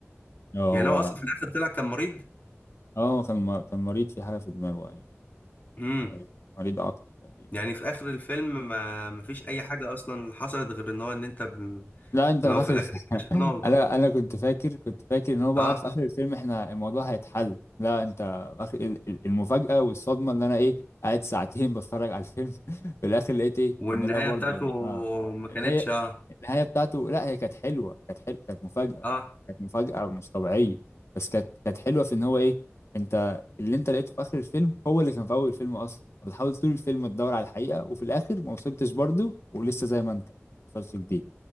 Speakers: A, on the left; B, on the left.
A: هو
B: يعني هو اصلا في الاخر طلع كان مريض
A: اه كان م- كان مريض في حاجة في دماغه أيوة
B: امم
A: مريض مريض عقلي تقريبا
B: يعني في اخر الفيلم ما ما فيش اي حاجه اصلا حصلت غير ان هو ان انت ب...
A: لا انت
B: ان
A: فاكر
B: هو في الاخر
A: <laughs>
B: اكتشف ان هو
A: انا انا كنت فاكر كنت فاكر ان هو بقى
B: اه
A: في اخر الفيلم احنا الموضوع هيتحل لا انت اخر ال- ال- المفاجأة والصدمة ان انا ايه قاعد ساعتين <laughs> بتفرج على الفيلم <laughs> في الاخر لقيت ايه
B: والنهايه
A: ان لا برضه
B: بتاعته
A: آه
B: ما كانتش
A: هي
B: اه
A: النهاية بتاعته لا هي كانت حلوة كانت حلوة كانت مفاجأة
B: اه
A: كانت مفاجأة مش طبيعية بس كانت كانت حلوة في ان هو ايه انت اللي انت لقيته في اخر الفيلم هو اللي كان في اول الفيلم اصلا انت بتحاول طول الفيلم تدور على الحقيقة وفي الاخر ما وصلتش برضه ولسه زي ما انت ما حصلش جديد